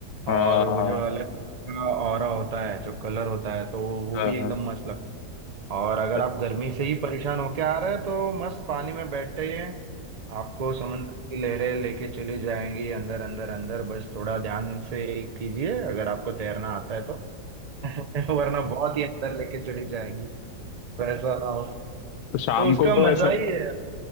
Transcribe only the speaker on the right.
और वो जो अलग ही का ऑरा होता है जो कलर होता है तो वो
भी
एकदम मस्त लगता है और अगर
आप गर्मी से ही परेशान होके आ रहे हैं तो मस्त पानी में बैठिए आपको समुद्र की लहरें लेके चली जाएंगी अंदर अंदर अंदर बस थोड़ा ध्यान से कीजिए अगर आपको तैरना आता है तो <laughs> वरना बहुत ही अंदर लेके चली जाएंगी तो ऐसा ना हो
तो उसका
मजा
ही है